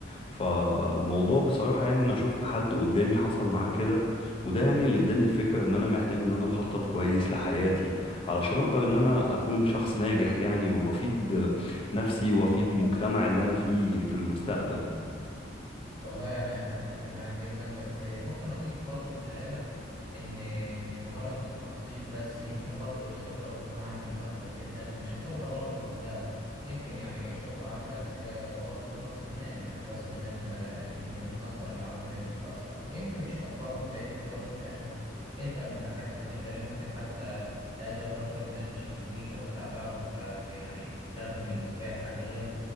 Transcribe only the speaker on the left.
فالموضوع بصراحة يعني أنا شفت حد قدامي حصل معاه كده وده يعني اللي اداني الفكرة إن أنا محتاج إن أنا أخطط كويس لحياتي علشان أقدر إن أنا أكون شخص ناجح يعني وأفيد نفسي وأفيد مجتمع اللي أنا فيه في المستقبل